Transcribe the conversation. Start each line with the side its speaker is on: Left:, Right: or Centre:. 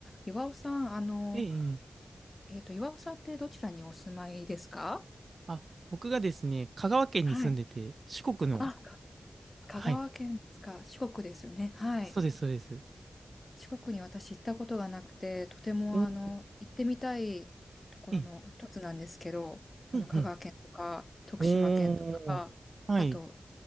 Left: 岩尾さん、あの、
Right: ええ、ええ
Left: えっと、岩尾さんってどちらにお住まいですか
Right: あ、僕がですね、香川県に住んでて、
Left: はい。
Right: 四国の、
Left: あ、か香川県ですか四国ですよね。
Right: はい、
Left: はい。
Right: そうです、そうです。
Left: 四国に私行ったことがなくて、とてもあの、
Right: おー
Left: 行ってみたいところの一つなんですけど、
Right: ええ、
Left: あの、
Right: うんうん。
Left: 香川県とか、徳島県とか、
Right: おー、はい。
Left: あと、